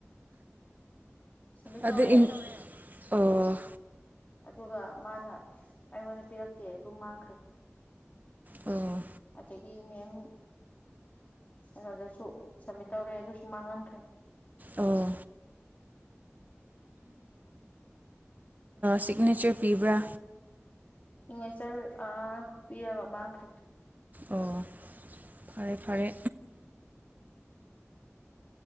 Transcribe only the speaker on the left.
ꯁꯝꯃꯤꯠ ꯇꯧꯔꯦ
ꯑꯗꯨꯒ ꯃꯥꯅ ꯑꯩꯉꯣꯟꯗ ꯄꯤꯔꯛꯀꯦ ꯑꯗꯨꯝ ꯃꯥꯡꯈ꯭ꯔꯦ
ꯑꯗꯒꯤ ꯃꯦꯝꯦꯝ ꯑꯗꯨꯗꯁꯨ ꯁꯝꯃꯤꯠ ꯇꯧꯔꯦ ꯑꯗꯨ ꯑꯗꯨꯁꯨ ꯃꯥꯡꯍꯟꯈ꯭ꯔꯦ
ꯍꯉꯦꯆꯜ ꯄꯤꯔꯒ ꯃꯥꯡꯈ꯭ꯔꯦ